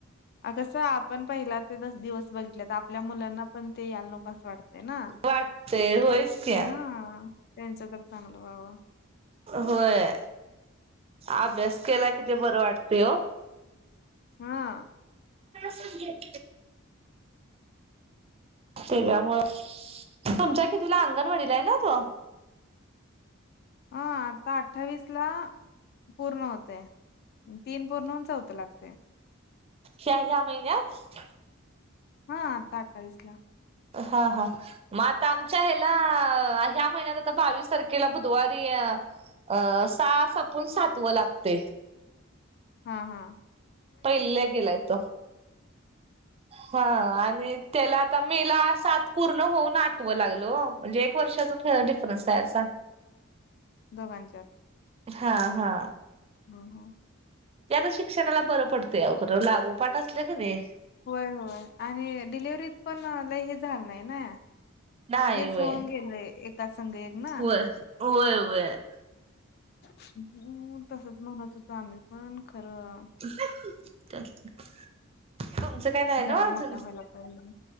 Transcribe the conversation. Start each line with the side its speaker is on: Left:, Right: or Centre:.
Left: अगस आपण पहिला ते दस दिवस बघितले तर आपल्या मुलांना त्यांना पण ते याला नोकस वाटते ना
Right: हो
Left: हा त्यांच तर चांगलं बावा
Right: होय अभ्यास केला किती बरं वाटत हो
Left: हा
Right: सून घेत तेवमुळे तुमच्या कितीला अंगणवाडीला आहे ना तो
Left: अं आता अठ्ठावीस ला पूर्ण होते तीन पूर्णच होतं लागते
Right: ह्या ह्या महिन्यात
Left: हा आता अठ्ठावीस ला
Right: हा हा मग आता आमच्या ह्याला ह्या महिन्यात आता बावीस तारखेला बुधवारी अ सास आपून सातवं लागते
Left: हा हा
Right: पहिल्या गेलाय तो हा आणि त्याला आता मेला सात पूर्ण होऊन आटवं लागल म्हणजे एक वर्षाच ह डिफरन्स आहे असा
Left: दोघांच्याार
Right: हा हा
Left: ह ह
Right: ते आता शिक्षणाला बरं पडतंय अ खरं लागोपाठ असल्या का नाही
Left: होय होय आणि डिलेिवर्हरीत पण ल हे झालं नाही ना
Right: नाही
Left: लगेच
Right: वय
Left: होऊन गेलंय एका संघ एक ना
Right: होय होय वय
Left: हम् तसच म्हणत होतो आम्ही पण खरं
Right: <inaudible> का ना
Left: जरा मोठा
Right: अजून
Left: व्हायला पाहिजे